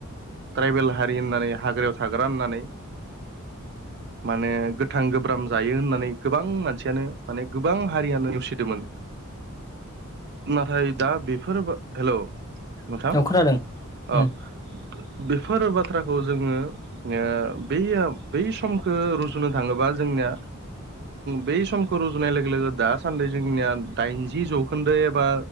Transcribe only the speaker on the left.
औ खोनादों उम